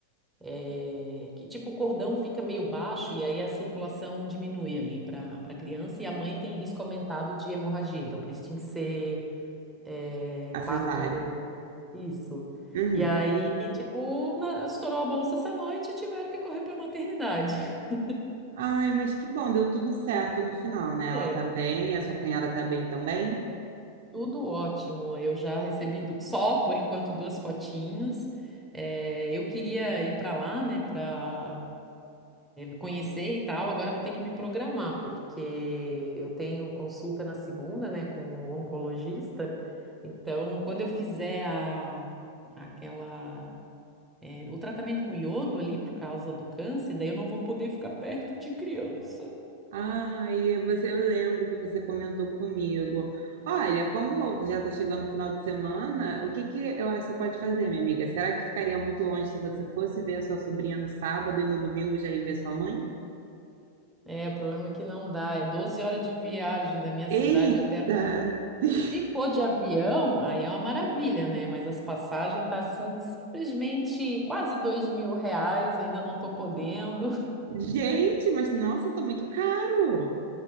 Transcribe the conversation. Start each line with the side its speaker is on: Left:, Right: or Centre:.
Centre: eh, que tipo o cordão fica meio baixo e aí a circulação diminui ali para para a criança e a mãe tem risco aumentado de hemorragia. Então, por isso tinha que ser eh,
Right: a cesárea.
Centre: parto. Isso.
Right: Uhum.
Centre: E aí, tipo, na- estourou a bolsa essa noite e tiveram que correr para a maternidade. <laughs>
Right: Ai, mas que bom, deu tudo certo no final, né? Ela
Centre: Meu,
Right: tá bem, a sua cunhada tá bem também?
Centre: tudo ótimo. Eu já recebi du- só, por enquanto, duas fotinhos. Eh, eu queria ir para lá, né, para conhecer e tal, agora eu vou ter que me programar, porque eu tenho consulta na segunda, né, com o oncologista. Então, quando eu fizer a, aquela, eh, o tratamento com iodo ali por causa do câncer, daí eu não vou poder ficar perto de criança.
Right: Ah, e você, eu lembro que você comentou comigo. Olha, como já está chegando o final de semana, o que que eu acho que você pode fazer, minha amiga? Será que ficaria muito longe se você fosse ver a sua sobrinha no sábado e no domingo já ir ver sua mãe?
Centre: É, o problema é que não dá, é 12 horas de viagem da minha
Right: Eita!
Centre: cidade até a...
Right: <laughs>
Centre: Se for de avião, aí é uma maravilha, né? Mas as passagens tá assim, simplesmente quase dois mil reais, ainda não tô podendo.
Right: Gente, mas nossa, tá muito caro!